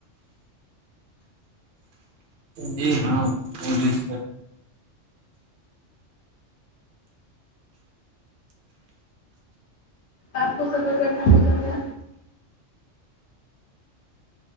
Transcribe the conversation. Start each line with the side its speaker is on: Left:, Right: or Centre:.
Right: جی ہاں پس
Left: آپ کو سفر کرنا پسند ہے